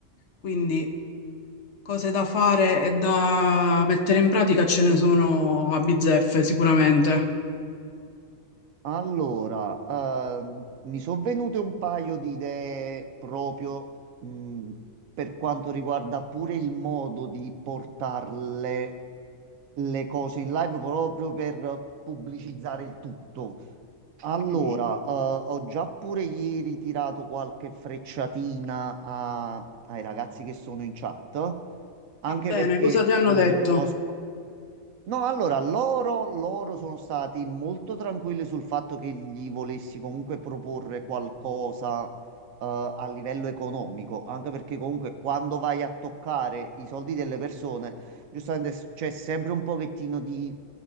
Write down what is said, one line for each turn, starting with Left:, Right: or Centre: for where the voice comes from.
Left: Quindi cose da fare e da mettere in pratica ce ne sono a bizzeffe sicuramente.
Right: Allora, ehm, mi sono venute un paio di idee proprio mh, per quanto riguarda pure il modo di portarle le cose in live proprio per pubblicizzare il tutto. Allora,
Left: Mhm.
Right: eh, ho già pure ieri tirato qualche frecciatina a- ai ragazzi che sono in chat, anche
Left: Va bene,
Right: perché
Left: cosa ti
Right: mh,
Left: hanno detto?
Right: ho... sc- No, allora, loro, loro sono stati molto tranquilli sul fatto che gli volessi comunque proporre qualcosa, eh, a livello economico, anche perché comunque quando vai a toccare i soldi delle persone Giustamente s- c'è sempre un pochettino di